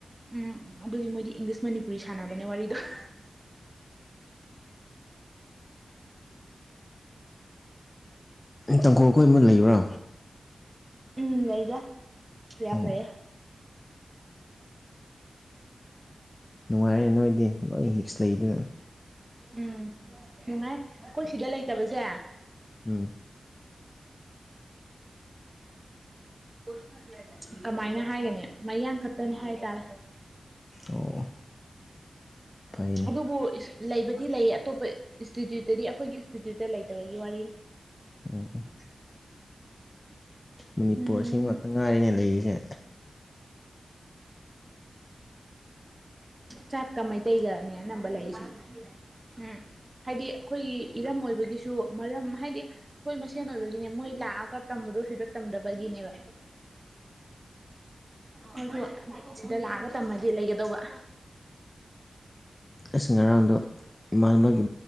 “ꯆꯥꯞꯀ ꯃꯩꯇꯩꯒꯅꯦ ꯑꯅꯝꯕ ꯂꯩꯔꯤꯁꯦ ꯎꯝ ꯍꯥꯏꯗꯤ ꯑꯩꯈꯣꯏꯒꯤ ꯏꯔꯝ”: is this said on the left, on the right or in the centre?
Right